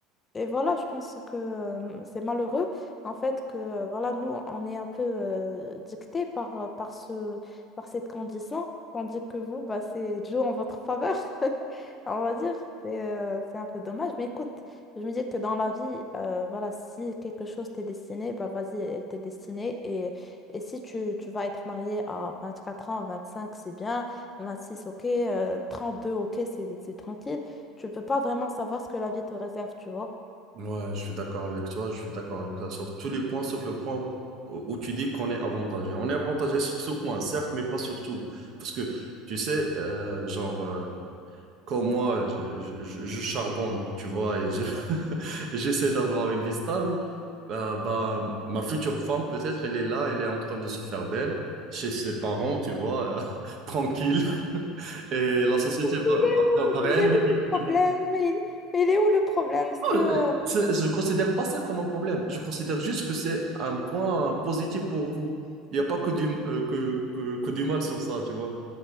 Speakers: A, on the left; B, on the right.
A: et voilà, je pense que euh, c'est malheureux, en fait, que euh, voilà, nous, on est un peu euh, dictés par, euh, par ce, par cette condition, tandis que vous, bah, c'est joue en votre faveur, <laughs> on va dire. C'est euh, c'est un peu dommage, mais écoute. Je me dis que dans la vie, euh, voilà, si quelque chose t'est destiné, bah vas-y, elle t'est destinée. Et, et si tu, tu vas être marié à 24 ans, 25, c'est bien, 26, ok, euh, 32, ok, c'est c'est tranquille. Tu peux pas vraiment savoir ce que la vie te réserve, tu vois.
B: Ouais, je suis d'accord avec toi, je suis d'accord avec ça sur tous les points, sauf le point où où tu dis qu'on est avantagé. On est avantagé sur ce point, certes, mais pas sur tout. Parce que, tu sais, euh, genre, euh, quand moi, je, je- je- je charbonne, tu vois, et je- <laughs> et j'essaie d'avoir une vie stable, euh, bah, ma future femme, peut-être, elle est là, elle est en train de se faire belle, chez ses parents, tu vois, euh, <laughs> tranquille, et la société
A: Il
B: va,
A: est
B: va, va
A: où?
B: rien
A: Il est
B: lui
A: où
B: dire,
A: le problème?
B: tu
A: Mais il, mais il est où le problème? Parce
B: Oh,
A: que,
B: euh,
A: euh,
B: c'est- Je ne considère pas ça comme un problème. Je considère juste que c'est un point positif pour vous. Il n'y a pas que du, euh, que, que, que du mal sur ça, tu vois.